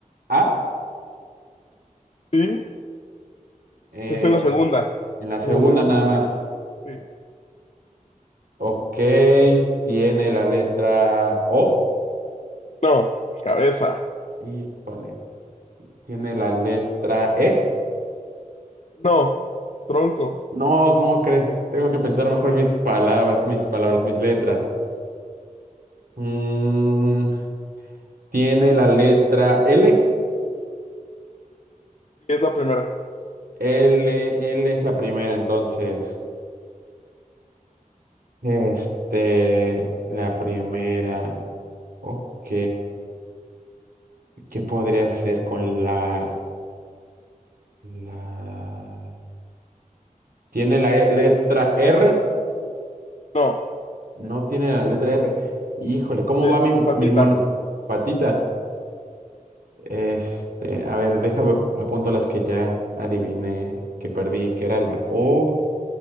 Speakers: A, on the right; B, on the left.
A: A
B: Sí,
A: eh,
B: es en la segunda.
A: en la segunda
B: En la segunda,
A: nada más.
B: sí.
A: Ok, tiene la letra O.
B: No, cabeza.
A: Híjole, tiene la letra E.
B: No, tronco.
A: No, ¿cómo crees? Tengo que pensar mejor mis palabras, mis palabras, mis letras. Mm, Tiene la letra L.
B: Sí, Es la primera.
A: L, L es la primera, entonces. Este, la primera. Ok. ¿Qué podría hacer con la, la... ¿Tiene la e- letra R?
B: No,
A: No tiene la letra R. Híjole, ¿cómo
B: ya-
A: va mi,
B: patita.
A: mi mono? Patita. Este, a ver, deja, apunto las que ya adiviné, que perdí, que era la O,